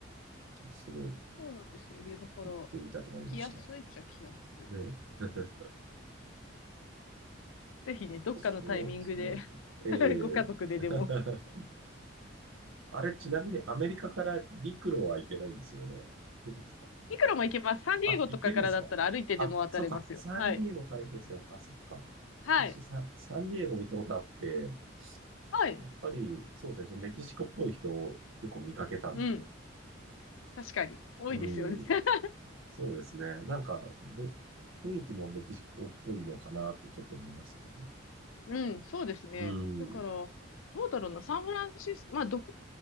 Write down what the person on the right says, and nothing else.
すごい。
行ってみたくなりました。
で、<laughs>
そうですね。ええ
<laughs> あれ、ちなみにアメリカから陸路は行けないんですよね。行けるんですか
あ、行けるんですかあ、そっか。サンディエゴから行くんですね。
あ、そっか。
私サ、サンディエゴ見たことあって、
やっぱり、そうですね。メキシコっぽい人を結構見かけたんで。
うん。
そうですね。なんか、ぶ雰囲気もメキシコっぽいのかなってちょっと思いましたけどね。
うん。